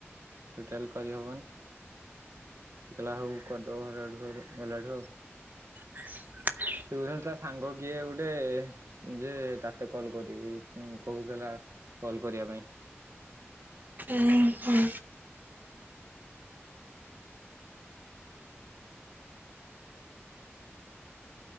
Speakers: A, on the right; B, on the right.
A: ଟୋଟାଲ କରିହେବନି। ସେ କହିଲା ହଉ କରିଦବ ହେଲାଠୁ ଗଲାଠୁ ଆଉ।
B: ହ
A: ତୁ <inaudible> ତା ସାଙ୍ଗ କିଏ ଗୁଟେ ଯେ ତାକୁ କଲ୍ କରିବି କୁଁ କହୁଥିଲା କଲ କରିବା ପାଇଁ।
B: ଉଁ ହୁଁ।